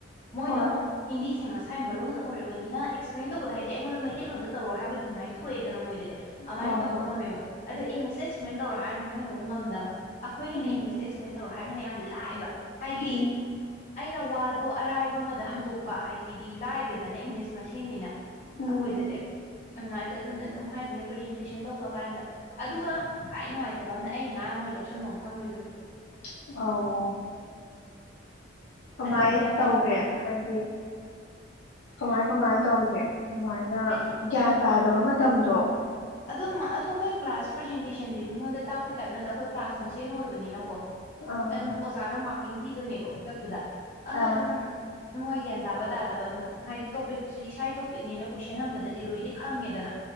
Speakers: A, on the left; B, on the left.
A: ꯃꯣꯏꯅ
B: ꯍꯣꯏ
A: ꯑꯃꯨꯛ ꯍꯤꯟꯗꯤꯁꯦ ꯃꯁꯥꯏ ꯃꯔꯣꯟ ꯑꯣꯏꯔꯕꯅꯤꯅ ꯑꯦꯛꯁꯄ꯭ꯂꯦꯟ ꯇꯧꯕꯗ ꯍꯥꯏꯗꯤ ꯑꯩꯉꯣꯟꯗ ꯃꯩꯇꯩꯂꯣꯟꯗ ꯇꯧꯔꯣ ꯍꯥꯏꯕꯗꯨꯃꯥꯏꯅ ꯊꯣꯛꯑꯦ ꯑꯦꯗꯅ ꯃꯣꯏꯗꯗꯤ ꯑꯃꯥꯏ
B: ꯍꯣꯏ
A: ꯇꯧꯕ
B: ꯍꯣꯏ
A: ꯉꯝꯃꯦꯕ ꯑꯗꯣ ꯏꯪꯂꯤꯁꯇ ꯑꯦꯛꯄ꯭ꯂꯦꯟ ꯇꯧꯔꯛꯑꯣ ꯍꯥꯏꯔꯒꯅ ꯃꯣꯏꯅ ꯑꯃꯨꯛ ꯉꯝꯗꯕ ꯑꯈꯣꯏꯒꯤꯅ
B: ꯎꯝ
A: ꯏꯪꯂꯤꯁꯇ ꯑꯦꯛꯁꯄ꯭ꯂꯦꯟ ꯇꯧꯔꯣ ꯍꯥꯏꯔꯒꯅ ꯌꯥꯝ ꯂꯥꯏ ꯕ ꯍꯥꯏꯗꯤ
B: ꯎꯝ
A: ꯑꯩꯅ ꯋꯥꯗꯣ ꯑꯔꯥꯏꯕ ꯑꯃꯗ ꯍꯟꯗꯣꯛ ꯕ ꯍꯥꯏꯁꯤꯗꯤ ꯂꯥꯏꯗꯦꯗꯅ ꯏꯪꯂꯤꯁ ꯃꯁꯦꯟꯅꯤꯅ
B: ꯎꯝ
A: ꯑꯩꯈꯣꯏꯗꯗꯤ ꯑꯗꯨꯃꯥꯏ ꯇꯧꯋꯦ ꯑꯗꯨꯅ ꯑꯗꯨꯝ ꯍꯥꯏꯗꯣꯏꯅꯦ ꯄ꯭ꯔꯖꯦꯟꯇꯦꯁꯟ ꯇꯧꯕ ꯀꯥꯟꯗ ꯑꯗꯨꯒ ꯈꯥꯏ ꯅꯨꯡꯉꯥꯏꯇꯕ ꯑꯝꯅ ꯑꯩ ꯉꯔꯥꯡ ꯃꯣꯏ ꯂꯧꯁꯟꯕꯝ ꯈꯪꯉꯣꯏꯗꯨꯕ
B: ꯑꯧ ꯀꯃꯥꯏ
A: ꯑꯗꯩꯗꯤ ꯑꯃꯨꯛ
B: ꯇꯧꯒꯦ ꯍꯥꯏꯗꯤ ꯀꯃꯥꯏ ꯀꯃꯥꯏ ꯇꯧꯒꯦ ꯑꯗꯨꯃꯥꯏꯅ
A: ꯍꯥꯏꯗꯤ
B: ꯒ꯭ꯌꯥꯟ ꯇꯥꯗꯕ ꯃꯇꯝꯗꯣ
A: ꯑꯗꯨꯝ ꯑꯗꯣ ꯑꯩꯈꯣꯏ ꯀ꯭ꯂꯥꯁ ꯄ꯭ꯔꯖꯦꯟꯇꯦꯁꯟꯖꯦ ꯃꯤꯉꯣꯟꯗ ꯇꯥꯛꯄꯩ ꯇꯥꯏꯞ ꯅꯠꯇꯕ ꯑꯩꯈꯣꯏ ꯀ꯭ꯂꯥꯁ ꯃꯁꯦꯟ ꯑꯣꯏꯕꯅꯤꯅꯀꯣ
B: ꯑꯥ
A: ꯑꯗꯨꯝ ꯑꯣꯖꯥꯅ ꯃꯥꯔꯀꯤꯡ ꯄꯤꯗꯨꯏꯅꯦꯕ ꯈꯨꯗꯛꯇꯨꯗ ꯑꯗꯨꯅ
B: ꯑꯥ
A: ꯑꯗꯨꯝ ꯃꯣꯏ ꯒ꯭ꯌꯥꯟ ꯇꯥꯕ ꯇꯥꯗꯕ ꯑꯗꯨꯝ ꯍꯥꯏꯗꯤ ꯇꯣꯄꯤꯛꯇꯨꯁꯨ ꯏꯁꯥꯏ ꯇꯣꯄꯤꯛꯅꯤꯅ ꯀꯣꯏꯁꯟ ꯍꯪꯕꯗꯗꯤ ꯂꯣꯏꯗꯤ ꯈꯪꯉꯦꯗꯅ